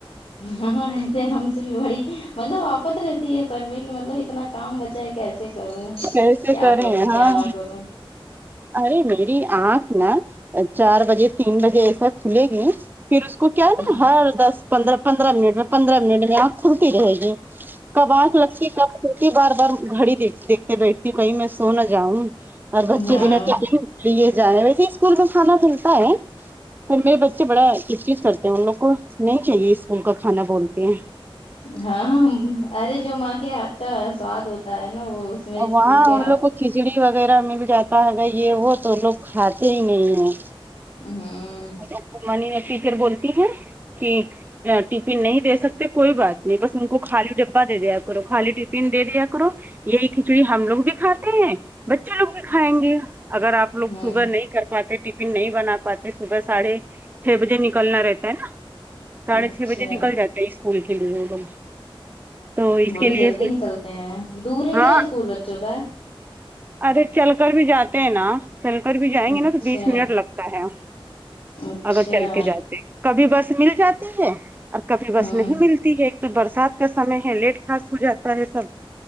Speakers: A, on the left; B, on the right.
A: ہاں ایسے ہم سے بھی بڑی مطلب آفت رہتی ہے سر پہ کہ مطلب اتنا کام بچا ہے کیسے کروں
B: کیسے
A: کیا
B: کریں
A: کروں
B: ہاں
A: کیا نہ کروں
B: ارے میری آنکھ نا چار بجے تین بجے ایسا کھلے گی پھر اس کو کیا
A: ہاں
B: نا ہر دس پندرہ پندرہ منٹ میں پندرہ منٹ میں آنکھ کھلتی رہے گی کب آنکھ لگتی کب چوٹی بار بار گھڑی دیکھتے بیٹھتی کہیں میں سو نہ جاؤں اور بچے
A: ہاں
B: بنا کہ لیے جائے ویسے اسکول میں کھانا ملتا ہے پھر میرے بچے بڑا کچ کچ کرتے ان لوگ کو نہیں چاہیے اسکول کا کھانا بولتے ہیں
A: ہاں ارے جو ماں کے ہاتھ کا صواد ہوتا ہے نا وہ میں اسکول
B: وہاں
A: کے
B: ان
A: ہاتھ
B: لوگوں کھچڑی وغیرہ مل جاتا ہےگا یہ وہ تو لوگ کھاتے ہی نہیں ہیں
A: ہاں
B: اچانی میں ٹیچر بولتی ہیں کہ ٹیفن نہیں دے سکتے کوئی بات نہیں بس ان کو خالی ڈبہ دے دیا کرو خالی ٹی ٹیفن دے دیا کرو یہی کھچڑی ہم لوگ بھی کھاتے ہیں بچے لوگ بھی کھائیں گے اگر آپ لوگ
A: ہوں
B: صبح نہیں کر پاتے ٹی ٹیفن نہیں بنا پاتے صبح ساڑھے چھ بجے نکلنا رہتا ہے نا ساڑھے
A: اچھا
B: چھ بجے نکل جاتا اسکول کے لیے ان لوگ تو اس
A: بڑی
B: کے لیے
A: جلدی نکلتے ہیں دور ہے
B: ہاں
A: کیا اسکول بچوں کا
B: ارے چل کر بھی جاتے ہیں نا چل کر بھی جائیں
A: اچھا
B: گے نا تو بیس منٹ لگتا ہے
A: اچھا
B: اگر چل کے جاتے کبھی بس مل جاتی ہے اور کبھی بس
A: ہوں
B: نہیں ملتی ہے ایک تو برسات کا سمے ہے لیٹ پاس ہو جاتا ہے سب